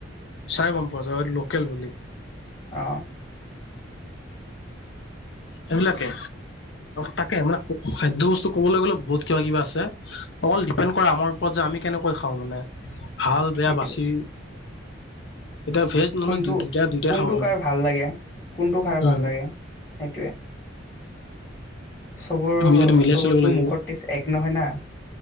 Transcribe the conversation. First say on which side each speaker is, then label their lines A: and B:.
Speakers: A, on the left; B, on the left.
A: চাই গম পোৱা যায়, লোকেল বুলি।
B: অ।
A: সেইবিলাকে, তাকে মানে খাদ্য বস্তু কবলৈ গ'লে বহুত কিবা- কিবা আছে। অকল ডিপেণ্ড কৰে, আমাৰ ওপৰত যে আমি কেনেকৈ খাওঁ মানে। ভাল বেয়া
B: সেইটোৱে
A: বাচি, এতিয়া ভেজ নন
B: কোনটো-
A: ভেজ দুইটা দুইটাই
B: কোনটো
A: খাব লাগে
B: কাৰ ভাল লাগে, কোনটো কাৰ
A: উম
B: ভাল লাগে, সেইটোয়ে। চবৰ
A: এইটো মিলাই
B: চবৰটো
A: চলিব লাগিব
B: মুখত তেজ এক নহয় না।